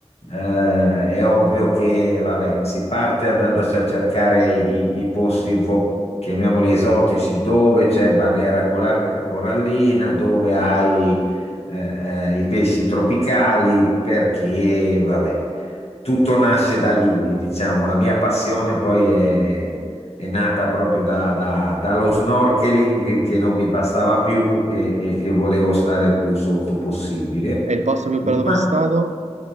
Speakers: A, on the left (about 65°); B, on the right (about 85°).
A: eh, è ovvio che, vabbè, si parte andando a cercare i, i posti un po', chiamiamoli esotici, dove c'è barriera colar- corallina, dove hai, eh, eh, i pesci tropicali, perché, vabbè, tutto nasce da lì, diciamo, la mia passione poi è nata proprio da- da- dallo snorkeling che non mi bastava più e, e- e volevo stare più sotto possibile.
B: È il posto più
A: Ma,
B: bello dove sei stato?